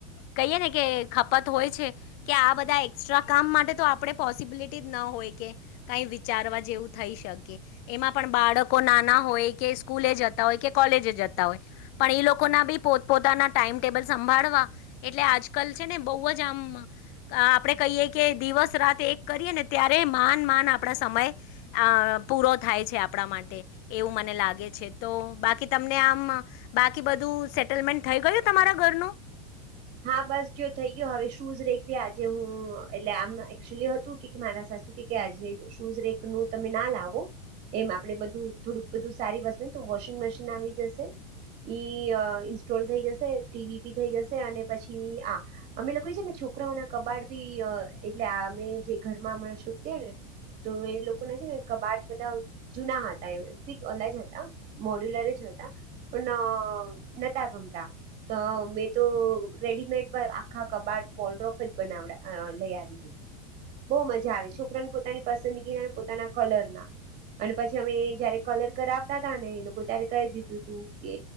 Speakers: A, on the left (about 45°); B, on the right (about 40°).
A: કહીએ ને કે ખપત હોય છે કે આ બધા એસ્ટ્રા કામ માટે તો આપણે પોસિબિલિટી જ ના હોય કે ક વિચારવા જેવું થઈ શકે એમાં પણ બાળકો નાના હોય કે સ્કૂલે જતા હોય કે કોલેજ જતા હોય પણ એ લોકોના બી પોત પોતાના ટાઈમ ટેબલ સંભાળવા એટલે આજલ ને બ જ આમ આપડે કહીએ કે દિવસ રાત એક કરીએ ને ત્યારે માન માન આપ સમય પૂરો થાય છે આપણા માટે એવું મને લાગે છે તો બાકી તમને આમ બાકી બધું સેટલમેન્ટ થઈ ગયું તમારા ઘરનું
B: હા બસ જો થઈ ગયો હવે શું રે આજે હું એટલે આમ એક્ચ્યુઅલી હતું કે મારા સાથે કે આજે શૂઝ રેક નું તમે ના લાવો એમ આપડે બધું થોડુંક બધું સારી વસ્તુને તો વોશિંગ મશીન આવી જશે ઈ ઇન્સ્ટોલ થઈ જશે ટીવી પી થઈ જશે અને પછી આ અમે લોકો છે ને છોકરાઓ ના કબાડ બી એટલે અમે જે ઘરમાં હણાં ચૂકે ને તો એ લોકો ના છે ને કબાટ બધા જૂના હતા એ પી અલજ હતા મોડ્યુલર જ પણ ન નતા ગમતા તો મેં તો. રેડીમેડ પર આખા કબાટ પોલ્રોફ જ બનાવ લઈ આવી હું બહુ મજા આવે છોકરાને પોતાની પસંદગીના પોતાના કલર ના અને પછી અમે જયારે કલર કરાવતા હતાા ને એ લોકો ત્યારે કહી દીધું તું કે